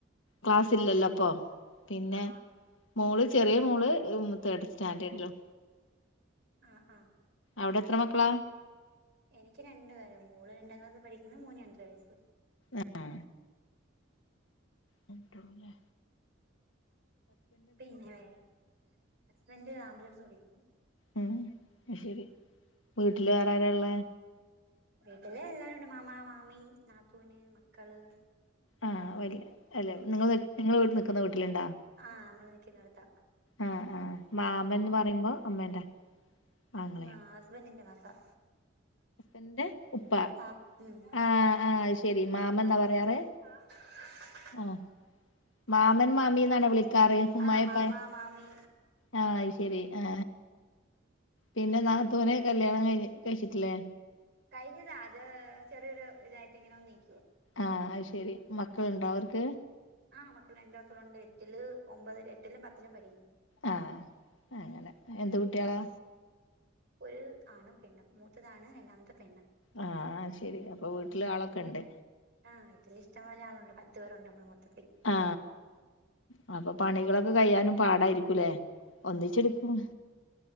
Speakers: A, on the left (about 70°); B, on the right (about 60°).
A: ക്ലാസ്സില്ലല്ലോ? അപ്പൊ പിന്നെ
B: ആ
A: മോള് ചെറിയ മോള് തേഡ് സ്റ്റാൻഡേഡ്ലും
B: ആഹ് ആഹ്
A: അവ്ടെത്ര മക്കളാ?
B: എനിക്ക് രണ്ടു പേര് മോള് രണ്ടാം ക്ലാസ്സി പഠിക്കുന്നു മോന് രണ്ടര വയസ്സ്.
A: ആഹ് രണ്ട് കുട്ടികള് ല്ലേ?
B: പിന്നെ ഹസ്ബൻഡ് ആംബുലൻസോടിക്കുന്നു.
A: ഉം അഹ്ശരി വീട്ടില് വേറാരാള്ളേ?
B: വീട്ടിലെല്ലാരുണ്ട് മാമാ, മാമി, നാത്തൂന്, മക്കള്
A: ആഹ് വല്യ അല്ലെ നിങ്ങള്
B: ഉം
A: നിങ്ങള് നിക്കുന്ന വീട്ടില്ണ്ടോ?
B: ആഹ് നമ്മള് നിക്കുന്നെട്ത്താ.
A: ആ ആ മാമനെന്നു പറയുമ്പോ അമ്മേന്റെ ആങ്ങളെയോ
B: ഉം ഹസ്ബന്റിന്റെ വാപ്പ
A: എന്റെ ഉപ്പ
B: വാ ഉം
A: ആ ആ അത് ശെരി മാമൻന്നാ പറയാറ്
B: ആഹ
A: ഉം മാമൻ മാമീന്നാണ് വിളിക്കാറ് ഉമ്മായേം
B: ആഹ് മാമാ
A: ഉപ്പായേം
B: മാമി
A: ആ അത് ശരി ആ പിന്നെ നാത്തൂന് കല്യാണം കഴിഞ്ഞി കഴിച്ചട്ടില്ലേ
B: കഴിഞ്ഞതാ അത് ചെറിയൊരു ഇതായിട്ട് ഇങ്ങനെ വന്ന് നിക്കുവാ
A: ആ അത് ശെരി മക്കളുണ്ടോ അവർക്ക്
B: ആ മക്കളുണ്ട് മക്കളുണ്ട് എട്ടില് ഒമ്പത് എട്ടിലും പത്തിലും പഠിക്കുന്നു
A: ആ അങ്ങനെ എന്ത് കുട്ടിളാ
B: ഒരു ആണ്ണും പെണ്ണും മൂത്തതാണ് രണ്ടാമത്തെ പെണ്ണ്
A: ആ അത് ശെരി അപ്പൊ വീട്ടില് ആളൊക്കിണ്ട്
B: ആ വീട്ടില് ഇഷ്ടംപോലെ ആളുണ്ട് പത്ത് പേരുണ്ട് നമ്മള് മൊത്തത്തി
A: ആ ആഹ് അപ്പൊ പണികളൊക്കെ കഴിയാനും പാടായിരിക്കൂലേ ഒന്നിച്ചെടുക്കും